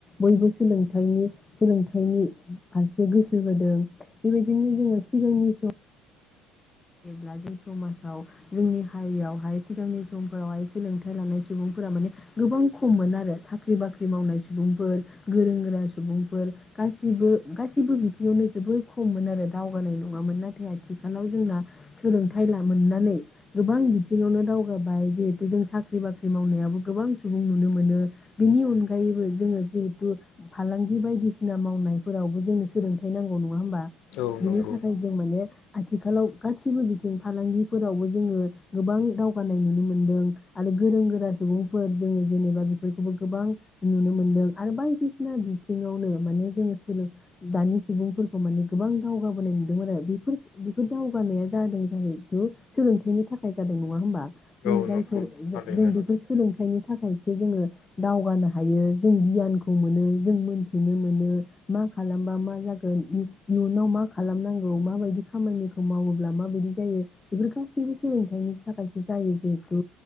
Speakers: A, on the left (about 15°); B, on the left (about 65°).
A: बयबो सोलोंथाइनि सोलोंथाइनि फारसे गोसो होदों बेबायदिनो जोङो सिगांनि सम जेब्ला जे समाजाव जोंनि हारियावहाय सिगांनि समफोरावहाय सोलोंथाइ लानाय सुबुंफोरा माने गोबां खममोन आरो साख्रि बाख्रि मावनाय सुबुंफोर गोरों गोरा सुबुंफोर गासैबो गासैबो बिथिङावनो जोबोर खममोन आरो दावगानाय नङामोन नाथाय आथिखालाव जोंना सोलोंथाइ लामोननानै गोबां बिथिङावनो दावगाबाय जिहेथु जों साख्रि बाख्रि मावनायाबो गोबां सुबुं नुनो मोनो बेनि अनगायैबो जोङो जिहेथु फालांगि बायदिसिना मावनायफोरावबो जोंनो सोलोंथाइ नांगौ नङा होमबा बिनि
B: औ नंगौ
A: थाखाय जों माने आथिखालाव गासिबो बिथिं फालांगिफोरावबो जोङो गोबां दावगानाय नुनो मोनदों आरो गोरों गोरा सुबुंफोर जोङो जेनेबा बेफोरखौबो गोबां नुनो मोनदों आरो बायदिसिना बिथिङावनो माने जोङो सोलों दानि सुबुंफोरखौ माने गोबां दावगाबोनाय नुदोंमोन आरो बेफोर बेफोर दाव गानाया जादों जाहैथु सोलोंथाइनि थाखाय जादों नङा होमबा
B: औ
A: जों जायफोर
B: नंगौ थारैनो
A: जों बेखौ सोलोंथाइनि थाखायसो जोङो दावगानो हायो जों गियानखौ मोनो जों मोनथिनो मोनो मा खालामबा मा जागोन इयुनाव मा खालामनांगौ माबायदि खामानिखौ मावोब्ला माबायदि जायो बेफोर गासैबो सोलोंथाइनि थाखायसो जायो जिहेथु